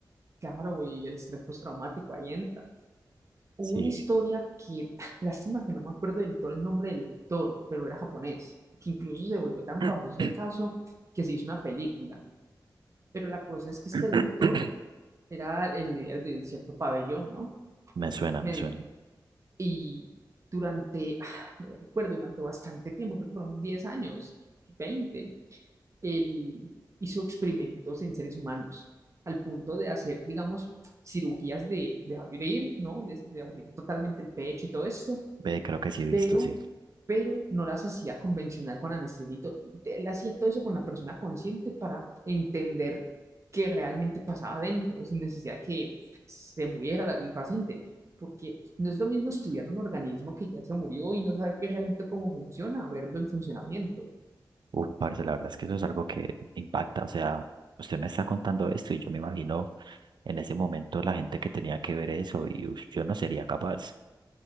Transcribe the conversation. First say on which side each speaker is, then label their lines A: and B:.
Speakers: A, on the right; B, on the right.
A: Claro, y el estrés postraumático ahí entra. Hubo
B: sí,
A: una historia que, <laughs> lástima que no me acuerdo del todo el nombre del doctor, pero era japonés, que incluso se volvió tan
B: <coughs>
A: famoso ese caso que se hizo una película. Pero la cosa es que este
B: <clears throat>
A: doctor era el líder de cierto pabellón, ¿no?
B: me suena,
A: Médico.
B: me suena,
A: Y durante, <sighs> no recuerdo, durante bastante tiempo, creo que fueron 10 años, 20. él hizo experimentos en seres humanos al punto de hacer, digamos, cirugías de, de abrir, ¿no? De, de, abrir totalmente el pecho y todo esto,
B: ve, creo que sí he visto,
A: pero,
B: sí.
A: pero no las hacía convencional con anestesia Él hacía todo eso con la persona consciente para entender qué realmente pasaba adentro, sin necesidad que se muriera la, el paciente porque no es lo mismo estudiar un organismo que ya se murió y no saber qué realmente cómo funciona, verlo en funcionamiento.
B: Uf, parce, la verdad es que eso es algo que impacta. O sea, usted me está contando esto y yo me imagino en ese momento la gente que tenía que ver eso y uf, yo no sería capaz.